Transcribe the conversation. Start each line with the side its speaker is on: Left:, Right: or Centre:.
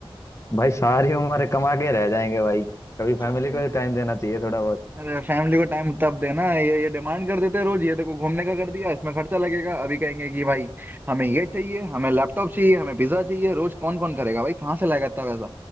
Left: भाई सारी उम्र कमा के रह जाएंगे भाई कभी फैमिली
Right: अरे
Left: को भी टाइम देना चाहिए थोड़ा बहुत
Right: अरे फैमिली को टाइम तब देना ये ये डिमांड कर देते हैं रोज ये देखो घूमने का कर दिया इसमें खर्चा लगेगा अभी कहेंगे कि भाई हमें ये चाहिए हमें लैपटॉप चाहिए हमें पिज्जा चाहिए रोज कौन कौन करेगा भाई कहाँ से लाएगा इतना पैसा